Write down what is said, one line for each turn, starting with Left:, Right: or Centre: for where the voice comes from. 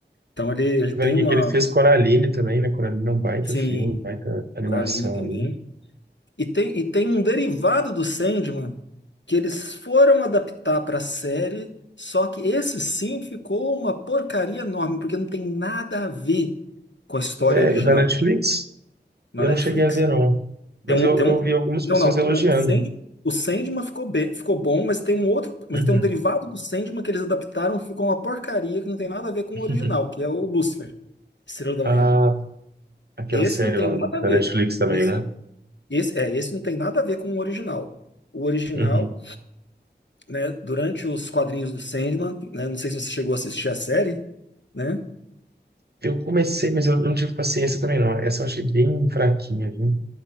Left: Então ele, ele
Right: Tô
Left: tem
Right: vendo aqui
Left: uma,
Right: que ele fez Coraline também, né? Coraline é um baita
Left: sim,
Right: filme, baita animação
Left: Bralinha também.
Right: ali.
Left: E tem, e tem um derivado do Sandman que eles foram adaptar para a série, só que esse sim ficou uma porcaria enorme, porque não tem nada a ver com a história
Right: Sério,
Left: original
Right: da Netflix?
Left: na
Right: Eu
Left: Netflix.
Right: não cheguei a ver, não. Mas
Left: Tem um,
Right: eu,
Left: tem
Right: eu
Left: um,
Right: vi algumas
Left: não,
Right: pessoas
Left: não.
Right: elogiando.
Left: O, o, Sand, o Sandman ficou, bem, ficou bom, mas tem um outro. Mas
Right: Uhum.
Left: tem um derivado do Sandman que eles adaptaram que ficou uma porcaria que não tem nada a ver com
Right: <laughs>
Left: o original, que é o Lucifer, Estrela da
Right: Ah,
Left: Manhã.
Right: tá. aquela
Left: Esse
Right: série
Left: não tem
Right: lá
Left: nada
Right: do- da
Left: a ver.
Right: Netflix também,
Left: Esse,
Right: né?
Left: esse, é, esse não tem nada a ver com o original. O original,
Right: Uhum.
Left: né, durante os quadrinhos do Sandman, né, não sei se você chegou a assistir a série, né?
Right: Eu comecei, mas eu eu não tive paciência também, não. Essa eu achei bem fraquinha, viu?